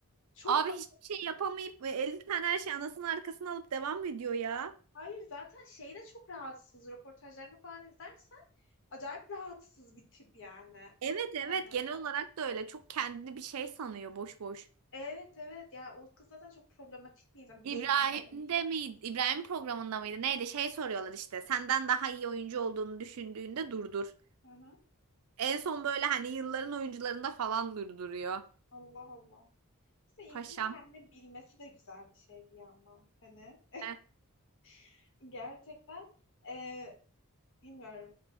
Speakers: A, on the left; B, on the right.
A: Çok
B: Abi
A: ra-
B: hiçbir şey yapamayıp e, 50 tane her şey anasının arkasına alıp devam ediyor ya.
A: Hayır zaten şeyde çok rahatsız. Röportajlarını falan izlersen acayip rahatsız bir tip yani.
B: Evet evet
A: Yani
B: genel olarak da öyle. Çok kendini bir şey sanıyor boş boş.
A: Evet evet ya o kız zaten çok problematik bir insan
B: İbrahim'de
A: belli yani tipinden.
B: miydi? İbrahim programında mıydı? Neydi? Şey soruyorlar işte. Senden daha iyi oyuncu olduğunu düşündüğünde durdur.
A: Hı hı.
B: En son böyle hani yılların oyuncularında falan durduruyor.
A: Allah Allah. İşte insanın
B: Paşam.
A: kendini bilmesi de güzel bir şey bir yandan hani.
B: Eh.
A: <laughs> Gerçekten e, bilmiyorum.